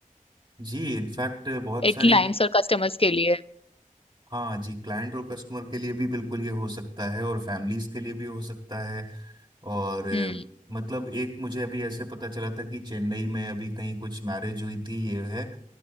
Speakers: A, on the right; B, on the left.
A: जी इनफैक्ट बहुत
B: है
A: सारी
B: क्लाइंट्स और कस्टमर्स के लिए
A: हाँ जी क्लाइंट और कस्टमर के लिए भी बिल्कुल ये हो सकता है और फैमिलीज के लिए भी हो सकता है और अ,
B: हम्म
A: मतलब एक मुझे अभी ऐसे पता चला था कि चेन्नई में अभी कहीं कुछ मैरिज हुई थी ये है